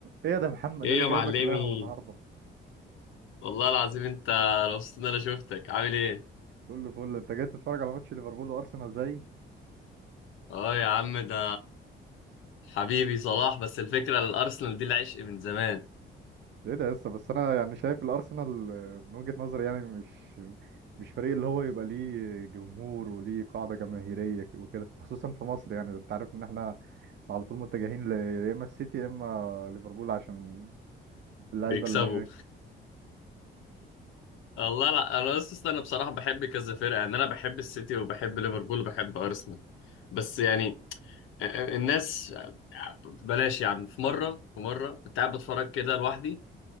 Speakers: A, on the right; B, on the left.
A: ايه يا ده يا محمد
B: ايه
A: ده اللي
B: يا
A: جايبك
B: معلمي
A: القهوه النهارده
B: والله العظيم انت مبسوط ان انا شفتك عامل ايه
A: كله فل انت جاي تتفرج على ماتش ليفربول وارسنال زي
B: اه يا عم ده حبيبي صلاح بس الفكره الارسنال دي العشق من زمان
A: ايه ده لسه بس انا يعني شايف الارسنال آه، من وجهه نظري يعني مش مش فريق اللي هو يبقى ليه جمهور وليه قاعده جماهيريه ك- وكده خصوصا في مصر يعني انت عارف ان احنا على طول متجهين ل- يا اما السيتي يا اما ليفربول عشان اللعيبه
B: بيكسبوا
A: اللي هناك
B: والله لا انا اصلا انا بصراحه بحب كذا فرقه يعني انا بحب السيتي وبحب ليفربول وبحب ارسنال بس يعني الناس بلاش يعني في مره في مره كنت قاعد بتفرج كده لوحدي